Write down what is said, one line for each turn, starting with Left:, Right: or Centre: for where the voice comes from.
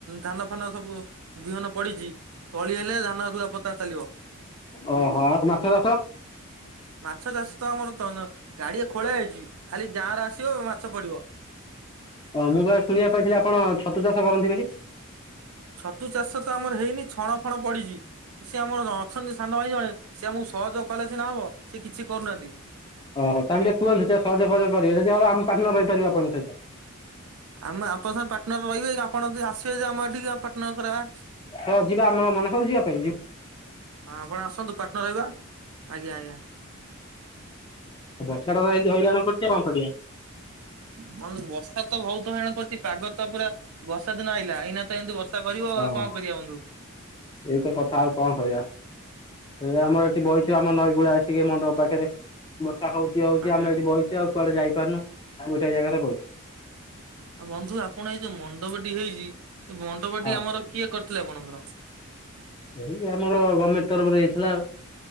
Right: ଧାନ ଫାନ ସବୁ ବିହନ ପଡିଛି। କଳି ହେଲେ ଧାନ ରୁଆ ପୋତା ଚାଲିବ।
Left: ଓ ହୋ ଆଉ ମାଛ ଚାଷ।
Right: ମାଛ ଚାଷ ତ ଆମର ତନ ଗାଡିଆ ଖୋଳା ହେଇଛି ଖାଲି ଗାଁର ଆସିବ ମାଛ ପଡିବ।
Left: ହଁ ମୁଁ କ ଶୁଣିବାକୁ ପାଇଥିଲି ଆପଣ ଛତୁ ଚାଷ କରନ୍ତି ବୋଲି।
Right: ଛତୁ ଚାଷ ତ ଆମର ହେଇନି ଛଣ ଫଣ ପଡିଛି। ସିଏ ଆମର ଅଛନ୍ତି ସାନ ଭାଇ ଜଣେ ସି ଆମକୁ ସହଯୋଗ କଲେ ସିନା ହବ ସେ କିଛି କରୁନାହାନ୍ତି।
Left: ଓହ ତାକୁ ଟିକେ କୁହନ୍ତୁ। ଯେ ସହଯୋଗ ଫଯୋଗ କରିବେ ଯଦି ହବ ଆମେ ପାର୍ଟନର ରହିପାରିବା ଆପଙ୍କ ସହିତ।
Right: ଆମେ ଆପଣ ସାଙ୍ଗେ ପାଟନର ରହିବେ କି ଆପଣ ଯଦି ଆସିବେ ଯେ ଆମ ଅଥିକି ପାଟନର କରବା।
Left: ହଁ ଯିବା ଆମେ ମନା ହେଉଛି ଯିବା ପାଇଁ ଯି
Right: ହଁ ଆପଣ ଆସନ୍ତୁ ପାଟନର ରହିବା ଆଜ୍ଞା ଆଜ୍ଞା।
Left: ସେଟା ଏମତି ହଇରାଣ କରୁଛ କଣ କରିବା?
Right: ବନ୍ଧୁ ବର୍ଷା ତ ବହୁତ ହଇରାଣ କରୁଛି ପାଗ ତ ପୁରା ବର୍ଷା ଦିନ ଆଇଲା ଏଇନା ତ ଏମିତି ବର୍ଷା କରିବ
Left: ହଁ
Right: ଆଉ କଣ କରିବା ବନ୍ଧୁ।
Left: ଏଇତ କଥା ଆଉ କଣ କହିବା ଏ ଆମର ଏଠି ବୈଛୁ ଆମ ନଈ କୂଳ ଆସିକି ମଣ୍ଡପ ପାଖରେ। ବୋଟା ହଉଛି ହଉଛି
Right: ଆଜ୍ଞା
Left: ଆମେ ଏଠି ବହିଛୁ ଆଉ କୁଆଡେ ଯାଇପାରୁନୁ ଆ ଗୋଟେ ଜାଗାରେ ବହିଛୁ।
Right: ଆଉ ବନ୍ଧୁ ଆପଣ ଏଇ ଯୋଉ ମଣ୍ଡପଟି ହେଇଛି ଏ ମଣ୍ଡପଟି
Left: ହଁ
Right: ଆମର କିଏ କରିଥିଲେ ଆପଣଙ୍କର।
Left: ଏଇ ଆମର ଗମେଟେ ତରଫରୁ ହେଇଥିଲା ଆଉ